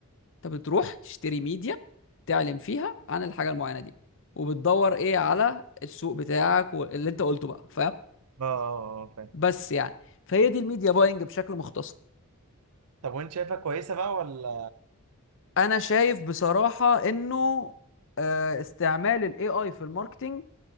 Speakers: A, on the left; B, on the right.
A: انت بتروح تشتري ميديا تعلن فيها عن الحاجه المعينه دي وبتدور ايه على السوق بتاعك واللي انت قلته بقى فاهم
B: اه آه، آه، فاهم
A: بس يعني فهي دي الميديا باينج بشكل مختصر
B: طب وانت شايفها كويسه بقى ولا
A: انا شايف بصراحه انه آه، استعمال الاي اي في الماركتينج